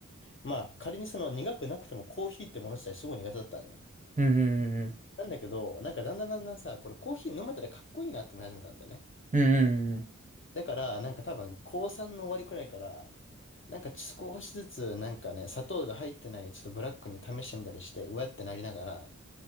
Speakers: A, on the left; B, on the right.
A: まあ仮にその苦くなくてもコーヒーってもの自体すごい苦手だったんよ。
B: うんうんうんうん。
A: なんだけど、なんかだんだんだんだんさ、これコーヒー飲めたらかっこいいなって思い始めたんだよね。
B: うんうん
A: だから、なんか多分、高3の終わりくらいから、なんか少しずつ、なんかね、砂糖が入ってない、ちょっとブラックに試してみたりして、うわってなりながら、